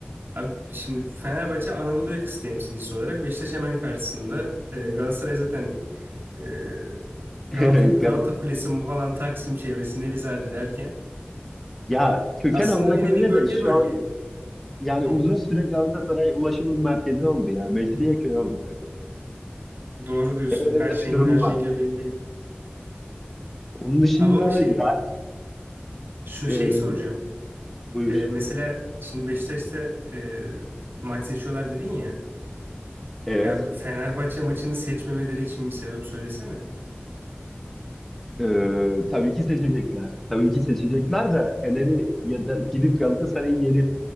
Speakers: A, on the right; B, in the centre.
A: Abi şimdi Fenerbahçe Anadolu yakası temsilcisi olarak Beşiktaş hemen karşısında. Ee, Galatasaray zaten e, Galata,
B: <laughs>
A: Galata
B: Gal-
A: Kulesi bu falan Taksim çevresi Nevizade derken
B: Ya köken
A: aslında
B: olarak
A: bir nevi
B: öyle
A: bölge
B: de şu
A: bölge.
B: an yani
A: Hı,
B: uzun süre Galatasaray ulaşımın merkezi oldu ya. Mecidiyeköy oldu takım.
A: doğru diyorsun.
B: Öyle
A: Her
B: de
A: şeyin
B: bir durum
A: her şeyin
B: var.
A: göbeğindeyim.
B: Onun dışında
A: Ama ama şey
B: da-
A: şu
B: e,
A: şeyi soracağım.
B: buyur.
A: Ee, mesela şimdi Beşiktaş'ta e, maç seçiyorlar dedin ya.
B: Evet.
A: Ya bir Fenerbahçe maçını seçmemeleri için bir sebep söylesene.
B: Ee, tabii ki seçecekler. Tabii ki seçecekler de Fener'i ya da gidip Galatasaray'ı yenip